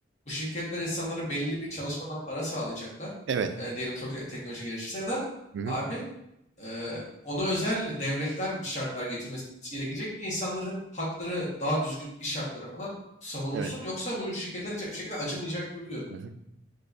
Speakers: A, on the left; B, on the right.
A: Bu şirketler insanlara belli bir çalışmadan para sağlayacaklar.
B: Evet.
A: Eee, diyelim çok te- teknoloji gelişirse ya da
B: Hı hı.
A: abi eee, ona özel devletler bir şartlar getirmesi gerekecek ki insanların hakları daha düzgün iş hakları falan savunulsun.
B: Evet.
A: Yoksa bu şirketler hiç bir şekilde acımayacak gibi görünüyor.
B: Hı hı.